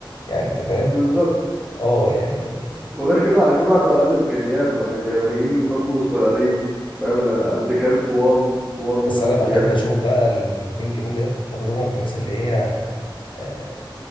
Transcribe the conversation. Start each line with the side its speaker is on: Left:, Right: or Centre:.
Left: يعني انت فاهم
Centre: بالظبط
Left: اه يعني
Centre: وغير كده على كل واحد على قد امكانياته يعني اليابانيين برضو قصيرين فاهم الامريكان طوال طوال مز
Left: بس انا بحب
Centre: يعني ال-
Left: اشوف بقى البينج بونج ده بحب اشوفهم في الناس اللي هي آه،